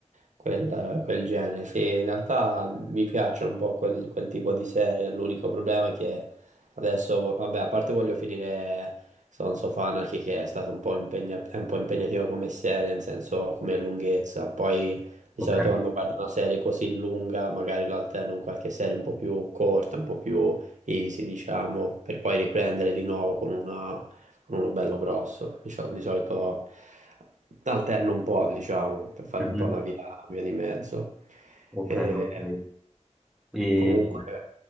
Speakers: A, on the right (about 85°); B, in the centre.
A: quel, quel genere. Sì, in realtà mi piacciono un po' quel, quel tipo di serie. L'unico problema è che adesso, vo- vabbè, a parte voglio finire Sons of Anarchy, che è stato un po' impegna- è un po' impegnativo come serie, nel senso come lunghezza. Poi di
B: Ok?
A: solito quando guardo una serie così lunga, magari l'alterno in qualche serie un po' più corta, un po' più easy, diciamo, per poi riprendere di nuovo con una uno bello grosso, diciamo, di solito alterno un po', diciamo, per fare
B: Mhm.
A: un po' una via, via di mezzo.
B: Ok,
A: E
B: ok. E,
A: comunque